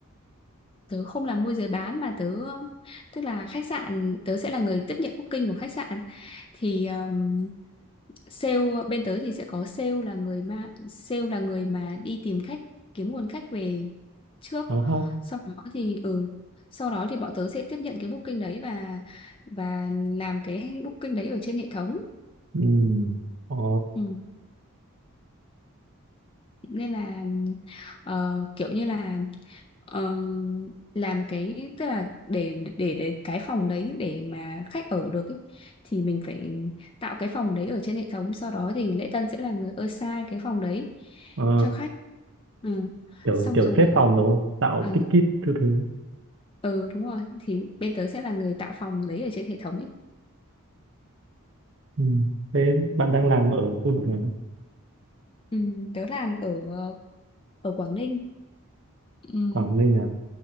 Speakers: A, on the left; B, on the right.
A: tớ không làm môi giới bán mà tớ tức là khách sạn tớ sẽ là người tiếp nhận booking của khách sạn thì ừm, sale bên tớ thì sẽ có sale là người mà sale là người mà đi tìm khách kiếm nguồn khách về trước
B: Ờ ha.
A: sau đó thì ừ sau đó thì bọn tớ sẽ tiếp nhận cái booking đấy và và làm cái booking đấy ở trên hệ thống
B: Ừ. Ờ.
A: ừ. nên là ờ, kiểu như là ờ, làm cái tức là để, để để cái phòng đấy để mà khách ở được ý, thì mình phải tạo cái phòng đấy ở trên hệ thống sau đó thì lễ tân sẽ là người assign cái phòng đấy
B: Ờ.
A: cho khách ừ.
B: Kiểu,
A: xong
B: kiểu
A: rồi
B: xếp phòng đúng không? Tạo
A: ừ.
B: ticket thứ thứ.
A: ừ đúng rồi thì bên tớ sẽ là người tạo phòng đấy ở trên hệ thống ý.
B: Ừ. Thế bạn đang làm ở khu vực nào?
A: Ừ, tớ làm ở ở Quảng Ninh ừ,
B: Quảng Ninh à?